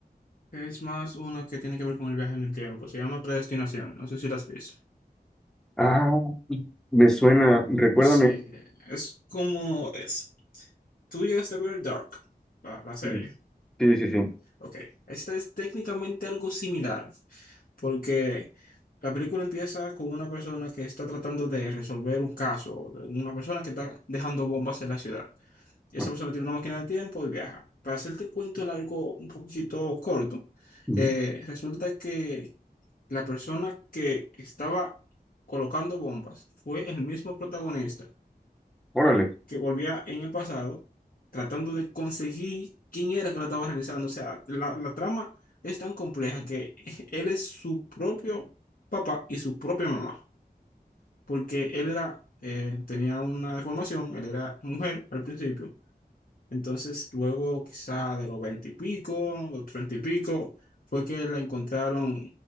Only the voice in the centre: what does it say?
Ah, me suena, recuérdame.
Sí, sí, sí. sí.
Ah,
ujú.
Órale.